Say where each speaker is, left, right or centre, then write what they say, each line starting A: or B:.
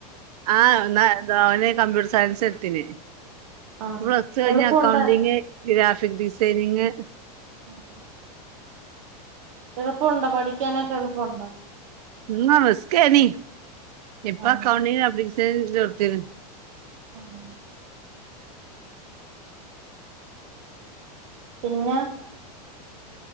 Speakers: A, on the right; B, on the right.
A: ആഹ് ഇന്ന എന്താ ഒന് കമ്പ്യൂട്ടർ സയൻസ് എട്ത്തിനി
B: ആഹ്
A: പ്ലസ് ടു കഴിഞ്ഞ്
B: എളുപ്പം
A: അക്കൗണ്ടിങ്
B: ഉണ്ടായിരുന്നു
A: ഗ്രാഫ് ഫിക് ഡിസൈനിങ്
B: ആഹ് എളുപ്പം ഒണ്ടോ പഠിക്കാനൊക്കെ എളുപ്പം ഒണ്ടോ
A: നമസ്ക്കേ നീ എപ്പാ
B: ആഹ്
A: കവണീ അ ശ <inaudible> ടുത്തി
B: <inaudible> പിന്നെ